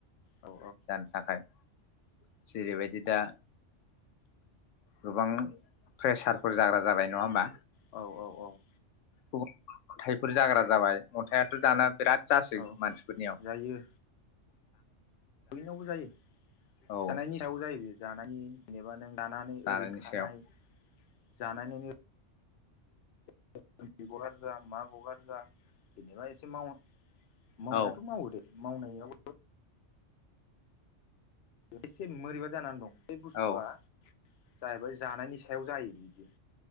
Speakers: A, on the left; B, on the left.
A: ओ औ
B: जानो थाखाय। जेरैबायदि दा गोबां। प्रेसारफोर जाग्रा जाबाय नङा होमबा।
A: औ औ औ।
B: गुबुन अन्थाइफोर जाग्रा जाबाय अन्थाइथ' दाना बिराद। जासैग
A: औ
B: मानसिफोरनियाव। <inaudible>
A: जायो बयनावबो जायो
B: औ
A: जानायनि सायावबो जायो बे जानायनि। जेनेबा नों। जानानै
B: जानायनि
A: ओरैनो थानाय।
B: सायाव
A: जानानैनो। <unintelligible> जा मा गगार जा जेनेबा एसे मावो मावनायाथ'
B: औ
A: मावो दे मावनायाव। एसे मोरैबा जानानै दं। बे बुस्थुआ।
B: औ
A: जाहैबाय जानायनि सायाव जायो बिदि।